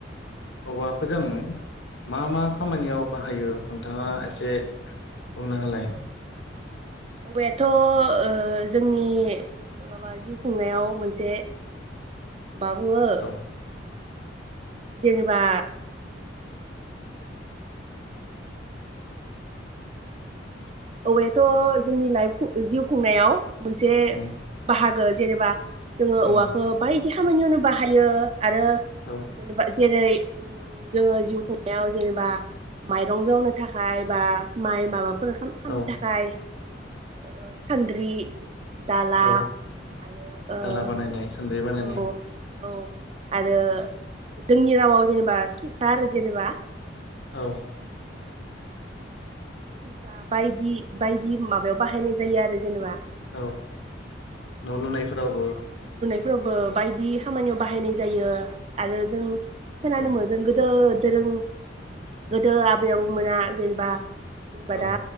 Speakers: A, on the left; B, on the right.
A: औवाखौ जों मा मा खामानियाव बाहायो? औ नोंथाङा एसे बुंना होलाय।
B: औवायाथ' ओ जोंनि माबा जिउ खुंनायाव मोनसे माबुंयो
A: औ
B: जेनेबा औवायाथ' जोंनि लाइफ जिउ खुंनायाव मोनसे
A: उम
B: बाहा गो जेनेबा जोङो
A: उम
B: औवाखौ बाय दि खामानियावनो बाहायो। आरो
A: औ
B: जेनेबा जेरै जोङो जिउ खुंनायाव जेनेबा माइरं जावनो थाखाय बा माइ माबाफोर खामनि
A: औ
B: थाखाय ओ सानद्रि दाला
A: औ
B: आरो ओ
A: दाला बानायनाय सान्द्रि बानायनाय
B: औ औ आरो दोंनि रावआव जेनेबा खिरखा आरो जेनेबा <inaudible>
A: औ
B: बो खिरखा बायदि बायदि माबायाव बाहायनाय जायो आरो जेनेबा
A: औ न' लुनायफोरावबो
B: फोरावबो बायदि खामानियाव बाहायनाय जायो आरो जों खोनानो
A: औ
B: मोनदों गोदोद दोरों गोदो आबै आबौमोना जेनेबा बादा
A: औ